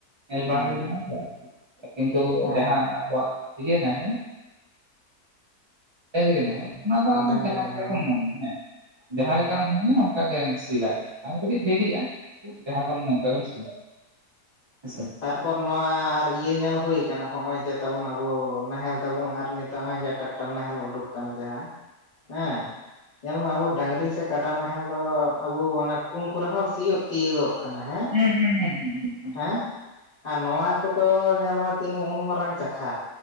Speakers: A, on the right (about 35°); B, on the left (about 25°).
A: ᱧᱮᱞ
B: ᱦᱮᱸ
A: ᱵᱟᱲᱟ ᱦᱩᱭ ᱠᱟᱱᱟ ᱥᱮ ᱠᱤᱱᱛᱩ
B: ᱦᱮᱸ
A: ᱡᱟᱦᱟᱸ ᱟᱠᱚᱣᱟᱜ ᱤᱭᱮ ᱱᱟᱦᱮᱞ ᱰᱟᱹᱟᱝᱨᱤ
B: ᱦᱮᱸ
A: ᱱᱟᱦᱮᱞ, ᱚᱱᱟ ᱫᱚ ᱟᱢ
B: ᱰᱟᱝᱨᱤ
A: ᱡᱟᱦᱟᱸ ᱞᱮᱠᱟ
B: ᱢᱮᱨᱚᱢ
A: ᱜᱮᱢ ᱢᱚᱱᱮᱭᱟ ᱦᱮᱸ ᱡᱟᱦᱟᱸ
B: ᱦᱮᱸ
A: ᱞᱮᱠᱟᱢ ᱢᱚᱱᱮᱭᱟ ᱚ ᱠᱟᱜᱮᱢ ᱥᱤ ᱫᱟᱲᱮ-ᱟ, ᱠᱟᱹᱴᱤᱡ ᱫᱮᱨᱤ ᱟ ᱡᱟᱦᱟᱸ ᱫᱚᱢ ᱱᱚᱝᱠᱟ ᱜᱮᱢ ᱥᱤᱭᱟ, ᱦᱮᱸ ᱥᱮ?
B: ᱯᱚᱨ ᱱᱚᱣᱟ ᱟᱨ ᱤᱭᱟᱹ ᱧᱮᱞ ᱦᱳᱭ ᱠᱟᱱᱟ ᱦᱚᱜᱼᱚᱭ ᱡᱮ ᱛᱟᱵᱚᱱ ᱟᱵᱚ ᱱᱟᱦᱮᱞ ᱛᱟᱵᱚᱱ ᱟᱨ ᱱᱤᱛᱚᱜ ᱦᱚᱸᱜᱼᱚᱭ ᱡᱟ ᱴᱟᱠ ᱴᱟ ᱱᱟᱦᱮᱞ ᱩᱰᱩᱠ ᱟᱠᱟᱱᱟ ᱡᱟᱦᱟᱸ, ᱦᱮᱸ? ᱧᱮᱞ ᱢᱮ ᱟᱵᱚ ᱰᱟᱝᱨᱤ ᱥᱮ ᱠᱟᱰᱟ ᱱᱟᱦᱮᱞ ᱫᱚ ᱟᱵᱚ ᱚᱱᱟ ᱠᱩᱱ ᱠᱚᱨᱮ ᱦᱚᱸ ᱥᱤᱭᱳᱜ ᱛᱤᱭᱳᱜᱚᱜ ᱠᱟᱱᱟ ᱦᱮᱸ᱾
A: ᱦᱩᱸ ᱦᱩᱸ ᱦᱩᱸ ᱦᱩᱸ ᱦᱩᱸ᱾
B: ᱦᱮᱸ? ᱟᱨ ᱱᱚᱣᱟ ᱠᱚᱫᱚ ᱧᱮᱞ ᱢᱮ ᱛᱤᱱ ᱩᱱ ᱢᱟᱨᱟᱝ ᱪᱟᱠᱷᱟ᱾